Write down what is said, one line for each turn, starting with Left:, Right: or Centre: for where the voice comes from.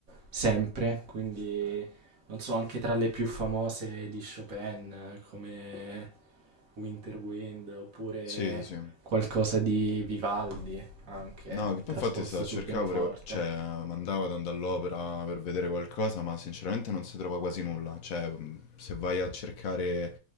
Right: sempre, quindi non so, anche tra le più famose di Chopin, eh, come Winter Wind, oppure
Left: Sì, sì.
Right: qualcosa di Vivaldi, anche,
Left: No, che poi
Right: trasposto
Left: infatti stavo a
Right: sul
Left: cercare
Right: pianoforte.
Left: pure, cioè mandavo ad andare all'opera per vedere qualcosa, ma sinceramente non si trova quasi nulla. Cioè, mh, se vai a cercare